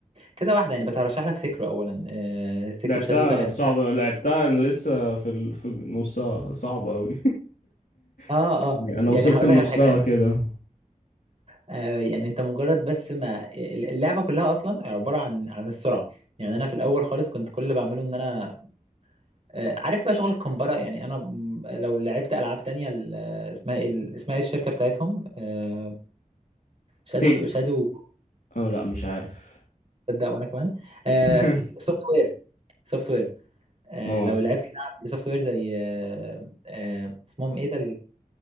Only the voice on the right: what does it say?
كذا واحده يعني بس هرشح لك سيكرو اولا آه، سيكرو
شادو تايد
اه
اه
يعني
هقول
لك على حاجه يعني
آه، يعني انت مجرد بس ما اللعبه كلها اصلا عباره عن عن السرعه يعني انا في الاول خالص كنت كل اللي بعمله ان انا آه، عارف بقى شغل الكمبرة يعني انا م- لو لعبت العاب تانية ال- آه، اسمها ايه ال- اسمها ايه الشركة بتاعتهم آه، شادو
شادو
تصدق وانا كمان
سوفت وير سوفت وير
لو لعبت لعب سوفت وير زي آه، آه، اسمهم ايه ده